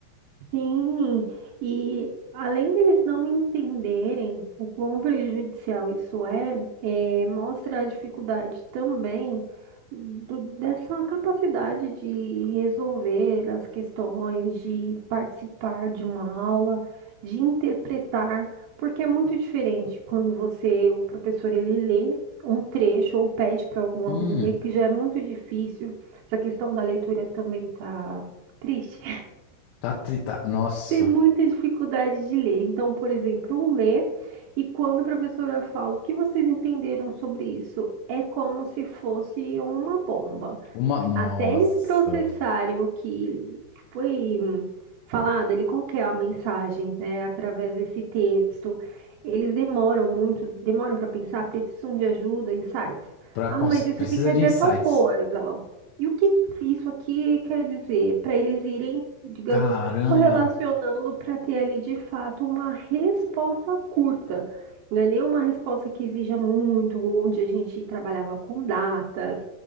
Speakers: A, on the right; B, on the left.
A: Sim, e além deles não entenderem o quão prejudicial isso é, eh, mostra a dificuldade também do- dessa capacidade de resolver as questões, de participar de uma aula, de interpretar, porque é muito diferente quando você, o professor, ele lê um trecho ou pede para algum
B: Hum,
A: aluno ler, que já é muito difícil. Essa questão da leitura também tá triste
B: Tá, tri- tá, nossa,
A: ter muita dificuldade de ler. Então, por exemplo, um lê e quando a professora fala o que vocês entenderam sobre isso, é como se fosse uma bomba.
B: uma, nossa,
A: Até eles processarem o que foi falado ali, qual que é a mensagem, né, através desse texto. Eles demoram muito, demoram para pensar, precisam de ajuda, insights.
B: pra,
A: Ah,
B: conse-
A: mas isso
B: precisa
A: aqui quer
B: de
A: dizer
B: insights.
A: tal coisa. E o que que isso aqui quer dizer? Para eles irem, digamos,
B: caramba.
A: correlacionando para ter ali de fato uma resposta curta. Não é nenhuma resposta que exija muito, onde a gente trabalhava com datas,